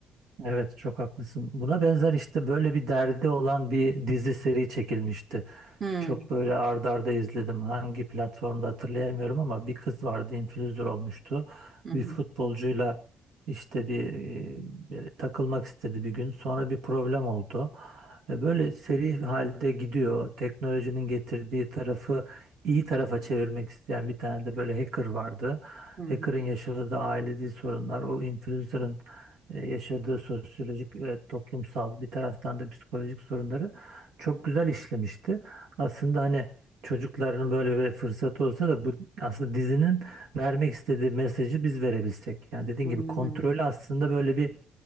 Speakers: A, on the right (about 85°); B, on the right (about 45°).
A: Evet çok haklısın. Buna benzer işte böyle bir derdi olan bir dizi seri çekilmişti.
B: Hmm,
A: Çok böyle ardarda arda izledim. Hangi platformda hatırlayamıyorum ama bir kız vardı, influencer olmuştu.
B: Hı hı,
A: Bir futbolcuyla işte bir, e, böyle takılmak istedi bir gün. Sonra bir problem oldu. E, Böyle seri halde gidiyor. Teknolojinin getirdiği tarafı iyi tarafa çevirmek isteyen bir tane de böyle hacker vardı.
B: hı hı,
A: Hacker'ın yaşadığı da ailevi sorunlar, o influencer'ın e, yaşadığı sosyolojik ve toplumsal bir taraftan da psikolojik sorunları çok güzel işlemişti. Aslında hani çocukların böyle bir fırsatı olsa da bu aslında dizinin vermek istediği mesajı biz verebilsek. Yani dediğin
B: hı
A: gibi
B: hı,
A: kontrolü aslında böyle bir